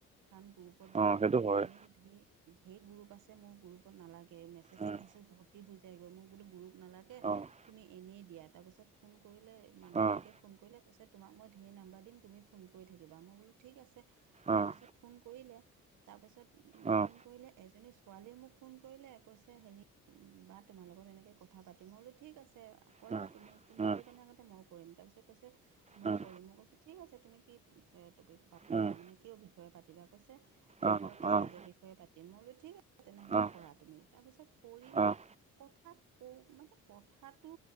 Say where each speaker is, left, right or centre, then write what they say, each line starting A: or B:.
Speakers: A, on the right; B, on the right.
A: কাৰণ গ্ৰুপত দিলে
B: অ', সেইটো
A: মোৰ গ্ৰুপ
B: হয়।
A: এনেই ধেই ধেই গ্ৰুপ আছে মোৰ গ্ৰুপত নালাগে মেছেজে
B: উম,
A: মেছেজ ভৰ্তি হৈ যায়গৈ মোৰ বোলো গ্ৰুপ নালাগে
B: অ',
A: তুমি এনেই দিয়া তাৰপিছত ফোন কৰিলে মানুহগৰাকীয়ে
B: অ',
A: ফোন কৰিলে কৈছে তোমাক মই ধেৰ নাম্বাৰ দিম তুমি ফোন কৰি থাকিবা মই বোলো ঠিক আছে তাৰপাছত
B: অ',
A: ফোন কৰিলে তাৰপাছত
B: অ',
A: ফোন কৰিলে এজনী ছোৱালীয়ে মোক ফোন কৰিলে কৈছে হেৰি বা তোমাৰ লগত এনেকে কথা পাতিম বোলো ঠিক আছে। কৰা
B: উম,
A: তুমি, তুমি
B: উম,
A: কৰিবানে আগতে মই কৰিম, তাৰপিছত কৈছে মই
B: উম,
A: কৰিম, মই কৈছোঁ ঠিক আছে তুমি কি টপিক পাতিবা,
B: উম,
A: মানে কিয় বিষয়ে পাতিবা? কৈছে এনেকুৱা
B: অ',
A: বিজনেছৰ
B: অ',
A: বিষয়ে। পাতিম মই বোলো ঠিক আছে তেনেহ'লে
B: অ',
A: কৰা তুমি। তাৰপিছত কৰিলে
B: অ',
A: কথা কও মানে কথাটো